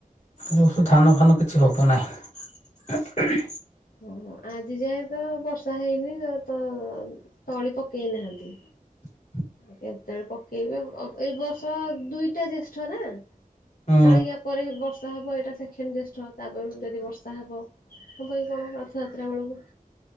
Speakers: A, on the left (about 50°); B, on the left (about 80°).
A: ଏ ବଷଧାନ ଫାନ କିଛି ହବ ନାହିଁ।
B: ଓହୋ ଆଜି ଯାଏ ତ ବର୍ଷା ହେଇନି ତ ତଳି ପକେଇନାହାନ୍ତି।
A: <inaudible>
B: କେତେବେଳେ ପକେଇବେ ଏ ବର୍ଷ ଦୁଇଟା ଜ୍ୟେଷ୍ଠ ନା‌।
A: ହୁଁ
B: କାଳିଆ ପରେ ବର୍ଷା ହବ ଏଇଟା ସେଖନ ଜ୍ୟେଷ୍ଠ ତାପରେ ଯଦି ବର୍ଷା ହବ। ହବକି କଣ ରଥଯାତ୍ରା ବେଳକୁ